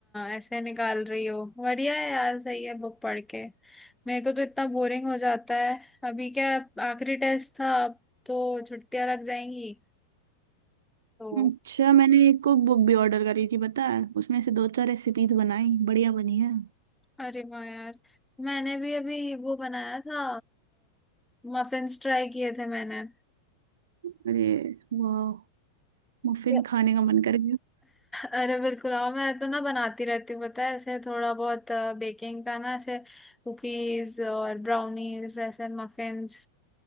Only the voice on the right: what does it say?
अच्छा मैंने एक कुक बुक भी ऑर्डर करी थी पता है उसमें से दो चार रेसिपीज बनाई बढ़िया बनी है
अरे वाह मफिन
खाने का मन कर